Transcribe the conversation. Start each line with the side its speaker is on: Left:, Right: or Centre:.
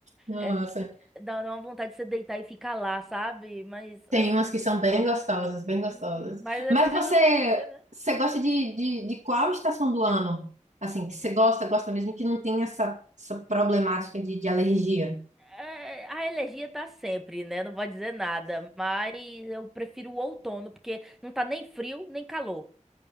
Right: Nossa.
Centre: É, dá, dá uma vontade de você deitar e ficar lá, sabe? Mas, é,
Right: Tem umas que são bem gostosas, bem gostosas.
Centre: hum, mas é
Right: Mas
Centre: fazer
Right: você,
Centre: o quê, né?
Right: você gosta de, de, de qual estação do ano? Assim, que você gosta, gosta mesmo que não tem essa, essa problemática de, de alergia.
Centre: É, a alergia tá sempre, né? Não vou dizer nada, mas eu prefiro o outono porque não tá nem frio nem calor.